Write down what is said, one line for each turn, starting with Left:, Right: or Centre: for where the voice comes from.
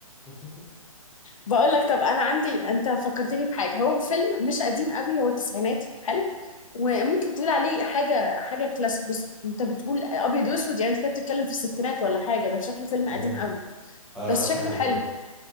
Centre: <laughs>
Left: بقول لك طب انا عندي انت فكرتني بحاجه هو فيلم مش قديم قوي هو تسعيناتي حلو وممكن تقول عليه حاجه حاجه كلاسيك بس انت بتقول ابيض واسود يعني انت كده بتتكلم في الستينات ولا حاجه ده شكله فيلم قديم
Centre: مم.
Left: قوي
Centre: ايوه
Left: بس
Centre: انا عايز
Left: شكله
Centre: حاجه زي
Left: حلو
Centre: كده